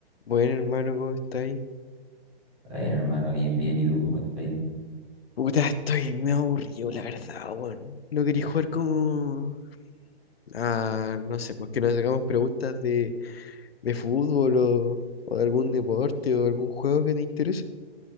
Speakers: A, on the left; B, in the centre.
A: Bueno, hermano, ¿cómo estáis?
B: Está Bien, hermano, bien, bien. ¿Y tú cómo estás ahí?
A: Puta, estoy me aburrido, la verdad, weón. No quería jugar como... Ah, no sé, pues que nos hagamos preguntas de, de fútbol o, o de algún deporte o algún juego que te interese.